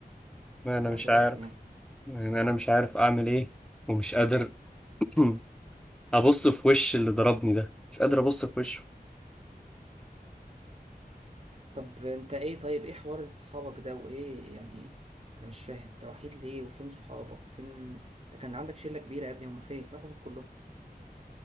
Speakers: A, in the centre; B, on the right.
A: ما انا
B: لا
A: مش
B: بجد
A: عارف
B: يعني
A: يعني انا مش عارف اعمل ايه ومش قادر <clears throat> ابص في وش اللي ضربني ده مش قادر ابص في وشه
B: طب انت ايه طيب ايه حوار اصحابك ده وايه يعني انا مش فاهم انت وحيد ليه وفين صحابك وفين انت كان عندك شلة كبيرة يا ابني هما فين راحوا فين كلهم